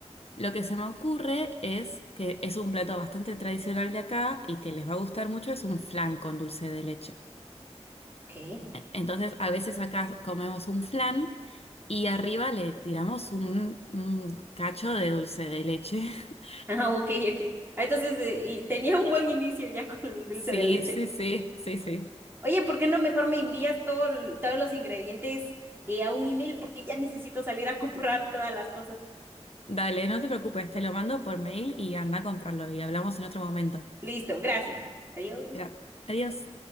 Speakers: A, on the left; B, on the right.
A: Lo que se me ocurre es que es un plato bastante tradicional de acá y que les va a gustar mucho, es un flan con dulce de leche.
B: ¿Qué?
A: E- Entonces, a veces acá comemos un flan y arriba le tiramos un, un cacho de dulce de leche. <laughs>
B: Ah, ok, ok. Ah, Entonces, eh, y tenía un buen inicio ya con el dulce
A: Sí,
B: de leche.
A: sí, sí, sí, sí.
B: Oye, ¿por qué no mejor me envías todo, el- todos los ingredientes eh, a un email? Porque ya necesito salir a <laughs> comprar todas las cosas.
A: Dale, no te preocupes, te lo mando por mail y anda a comprarlo y hablamos en otro momento.
B: Listo, gracias. Adiós.
A: Gracias. Adiós.